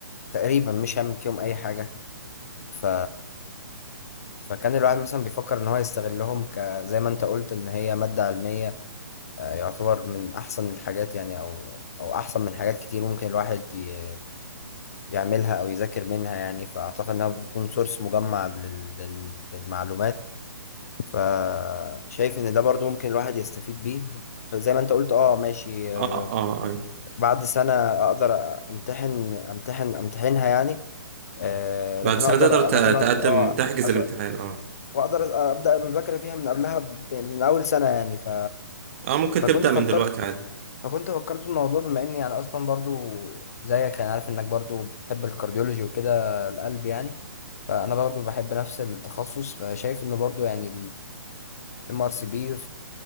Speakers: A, on the left; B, on the right.
A: تقريبا مش هيعمل فيهم اي حاجة ف فكان الواحد مثلا بيفكر ان هو يستغلهم ك زي ما انت قلت ان هي مادة علمية آه، يعتبر من احسن الحاجات يعني او او احسن من حاجات كتير ممكن الواحد ي- يعملها او يذاكر منها يعني فاعتقد انها بيكون سورس مجمع لل- لل- للمعلومات فشايف ان ده برضو ممكن الواحد يستفيد بيه زي ما انت قلت اه ماشي آه،
B: اه اه آه. آه.
A: بعد سنة اقدر امتحن امتحن امتحنها يعني آه،
B: بعد
A: لكن
B: سنه
A: اقدر
B: تقدر ت-
A: لكن أ- آه،
B: تقدم تحجز
A: أز-
B: الامتحان اه
A: واقدر أز- ابدا المذاكره فيها من قبلها ب- يعني من اول سنه يعني ف...
B: اه ممكن
A: فكنت
B: تبدا
A: فكرت
B: من دلوقتي عادي
A: فكنت فكرت في الموضوع بما اني يعني اصلا برضو زيك يعني عارف انك برضو بتحب الكارديولوجي وكده القلب يعني فانا برضو بحب نفس التخصص فشايف ان برضو يعني الام ار سي بي